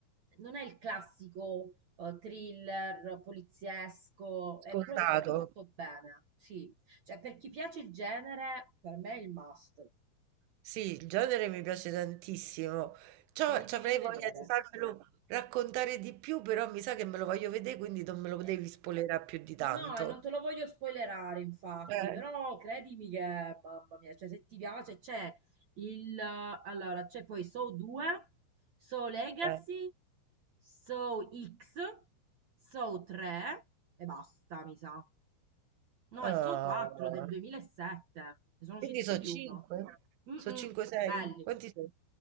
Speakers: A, on the right (about 60°); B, on the right (about 80°).
A: non è il classico eh, thriller poliziesco, è,
B: scontato.
A: pro- è proprio fatto bene, sì. Cioè per chi piace il genere, per me è il must,
B: Sì, il genere mi piace tantissimo. C'ho
A: te li
B: ci
A: devi
B: avrei voglia
A: vedere.
B: di farmelo raccontare di più, però mi sa che me lo voglio vedere, quindi non me lo
A: Eh,
B: devi spoilerare più di tanto.
A: No, e non te lo voglio spoilerare, infatti,
B: Eh.
A: però credimi che, mamma mia, cioè se ti piace c'è il... Allora, c'è poi Saw 2, Saw Legacy,
B: Eh.
A: Saw X, Saw 3 e basta, mi sa. No,
B: Ah.
A: è Saw 4 del 2007, ne sono usciti
B: Quindi sono
A: più di
B: 5?
A: uno. Mm,
B: Sono
A: mm,
B: 5-6?
A: belli.
B: Quanti sono?